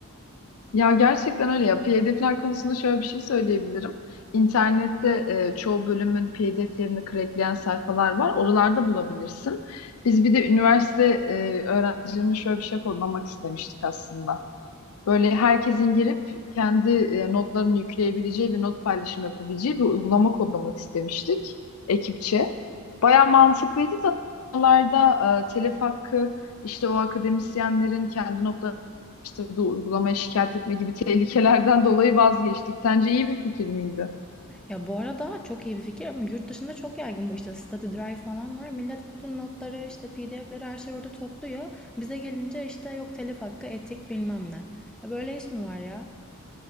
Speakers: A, on the left; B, in the centre.
A: Ya gerçekten öyle ya. PDF'ler konusunda şöyle bir şey söyleyebilirim. İnternette e, çoğu bölümün PDF'lerini crackleyen sayfalar var. Oralarda bulabilirsin. Biz bir de üniversite e, öğrencilerine şöyle bir şey kodlamak istemiştik aslında. Böyle herkesin girip kendi e, notlarını yükleyebileceği ve not paylaşım yapabileceği bir uygulama kodlamak istemiştik ekipçe. Baya mantıklıydı da oralarda e, telif hakkı işte o akademisyenlerin kendi notlarını uygulamayı şikayet etme gibi <laughs> tehlikelerden dolayı vazgeçtik. Sence iyi bir fikir miydi?
B: Ya bu arada çok iyi bir fikir ama yurt dışında çok yaygın bu işte. Study Drive falan var. Millet bütün notları işte PDF'leri her şeyi orada topluyor. Bize gelince işte yok telif hakkı, etik bilmem ne. Ya böyle iş mi var ya?